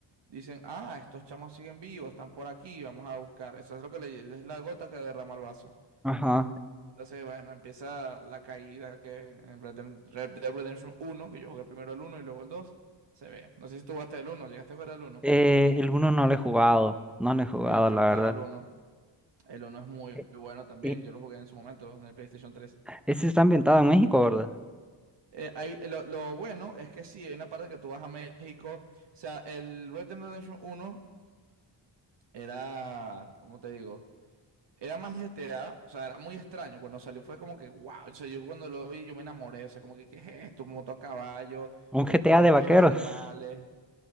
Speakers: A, on the right (about 65°); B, in the centre.
A: dicen, ah, estos chamos siguen vivos, están por aquí, vamos a buscar. Eso es lo que le, es la gota que derrama el vaso.
B: ajá.
A: Entonces, bueno, empieza la caída que en Red Dem- Red Dead Redemption uno que yo jugué primero el uno y luego el dos se ve. No sé si tú jugaste el uno llegaste a jugar el uno
B: Eh, el uno no lo he jugado, no lo he jugado,
A: Me encantaba
B: la verdad.
A: el uno El uno es muy
B: Eh,
A: bueno también,
B: eh,
A: yo lo jugué en su momento, en el PlayStation tres
B: ese está ambientado en México, ¿verdad?
A: Eh, hay- lo, lo bueno es que sí, hay una parte que tú vas a México. O sea, el Red Dead Redemption uno era, ¿cómo te digo? Era más GTA, o sea, era muy extraño. Cuando salió fue como que, wow, o sea, yo cuando lo vi yo me enamoré, o sea, como que, ¿qué es esto? Moto a caballo,
B: Un
A: eh,
B: GTA
A: despejo
B: de vaqueros.
A: animales,